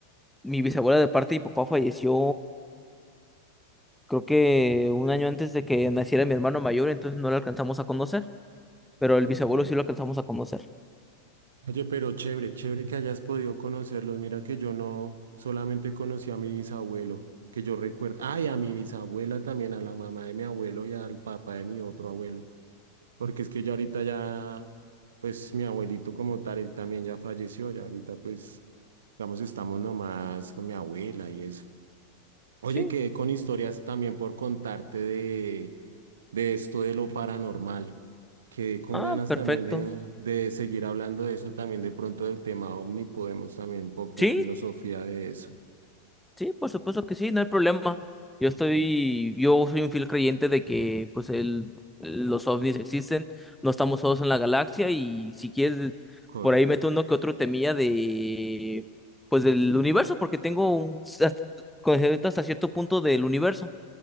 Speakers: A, in the centre; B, on the right (about 65°).
A: mi bisabuela de parte de mi papá falleció, creo que un año antes de que naciera mi hermano mayor, entonces no lo alcanzamos a conocer, pero el
B: ok.
A: bisabuelo sí lo alcanzamos a conocer.
B: Oye, pero chévere, chévere que hayas podido conocerlos. Mira que yo no solamente conocí a mi bisabuelo, que yo recuerdo. Ay, a mi bisabuela también, a la mamá de mi abuelo y al papá de mi otro abuelo. Porque es que yo ahorita ya, pues mi abuelito como tal, él también ya falleció. Ya ahorita, pues, digamos, estamos nomás con mi abuela y eso. Oye,
A: Sí,
B: quedé con historias también por contarte de, de esto de lo paranormal. Quedé con
A: ah,
B: ganas
A: perfecto.
B: también de, de seguir hablando de eso, también de pronto del tema ovni, podemos también un poco
A: Sí,
B: de filosofía de eso.
A: Sí, por supuesto que sí, no hay problema. Yo estoy, yo soy un fiel creyente de que pues el, los ovnis existen, no estamos solos en la galaxia y si quieres
B: Correcto.
A: por ahí meto uno que otro temilla de pues del universo porque tengo un hasta, conocimiento hasta cierto punto del universo,